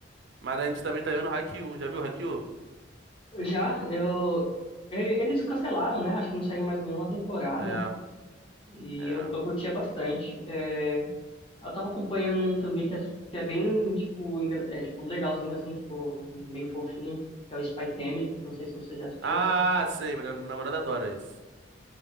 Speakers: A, on the right; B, on the left.
A: Mas a gente também tá vendo Haikyuu. Já viu Haikyuu?
B: já eu ele- eles cancelaram, né? Acho que não saiu mais nenhuma temporada
A: É,
B: e
A: é.
B: eu, eu curtia bastante. É, eu tava acompanhando um também que é, que é bem tipo engra- é, tipo legalzinho assim, tipo meio fofinho, que é o Spy Family. Não sei se você já assistiu.
A: Ah, sei. Minha minha namorada adora isso.